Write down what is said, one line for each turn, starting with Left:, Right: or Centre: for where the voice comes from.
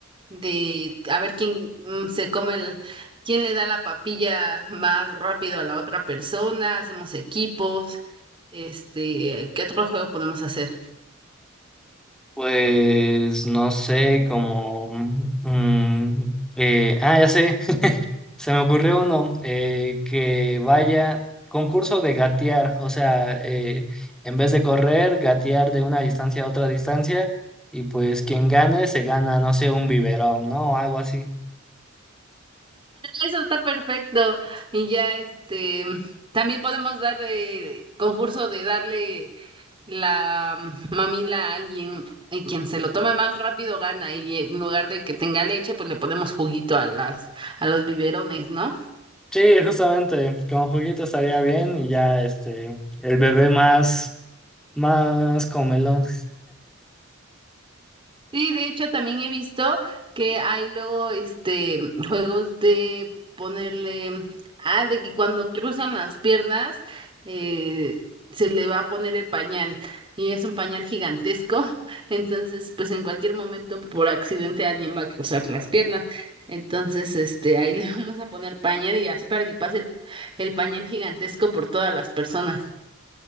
Right: de a ver quién mm, se come el, quién le da la papilla más rápido a la otra persona, hacemos equipos, este, ¿qué otro juego podemos hacer?
Centre: Pues, no sé, como... mm, eh, ah, ya sé. Se me ocurrió uno eh, que vaya concurso de gatear, o sea, eh, en vez de correr, gatear de una distancia a otra distancia y pues quien gane se gana, no sé, un biberón, ¿no? O algo así.
Right: Eso está perfecto. Y ya este, también podemos dar de concurso de darle la mamila a alguien y quien se lo tome más rápido gana y en lugar de que tenga leche, pues le ponemos juguito a las a los biberones, ¿no?
Centre: Sí, justamente, con juguito estaría bien y ya este, el bebé más, más comelón.
Right: Sí, de hecho también he visto que hay luego este juegos de ponerle, ah, de que cuando cruzan las piernas eh, se le va a poner el pañal y es un pañal gigantesco, <laughs> entonces pues en cualquier momento por accidente alguien va a cruzar las piernas, entonces este ahí <laughs> le vamos a poner pañal y así para que pase el, el pañal gigantesco por todas las personas.